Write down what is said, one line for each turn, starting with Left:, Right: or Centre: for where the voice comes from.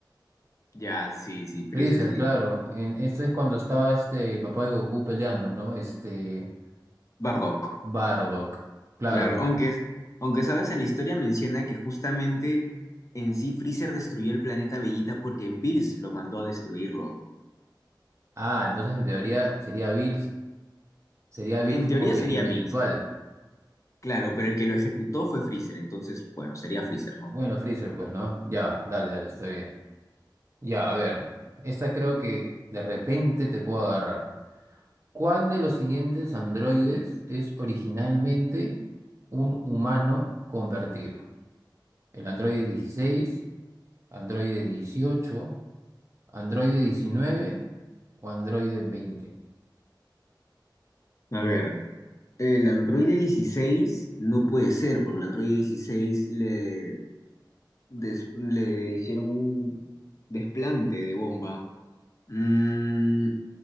Left: Ya, sí, sí, Freezer,
Right: Freezer,
Left: sí.
Right: claro. En, esto es cuando estaba este papá de Goku peleando, ¿no? Este.
Left: Bardock,
Right: Bardock. Claro.
Left: claro. Aunque, aunque sabes, en la historia menciona que justamente en sí Freezer destruyó el planeta Bellita porque Bills lo mandó a destruirlo.
Right: Ah, entonces en teoría sería Bills. Sería Bills
Left: En
Right: como
Left: teoría
Right: que
Left: sería
Right: el intelectual.
Left: Bills, claro, pero el que lo ejecutó fue Freezer, entonces, bueno, sería Freezer, ¿no?
Right: Bueno, Freezer, pues, ¿no? Ya, dale, dale, está bien. Ya, a ver. Esta creo que de repente te puedo agarrar. ¿Cuál de los siguientes androides es originalmente un humano convertido? ¿El androide 16, androide 18, androide 19 o androide 20?
Left: A ver. El Android dieciséis no puede ser, porque el Android dieciséis le, des- le hicieron un desplante de bomba Mm,